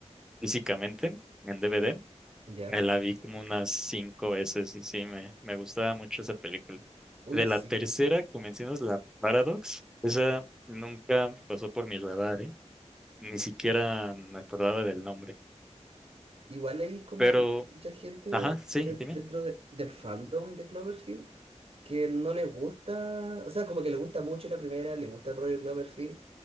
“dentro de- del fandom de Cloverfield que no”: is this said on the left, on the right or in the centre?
Right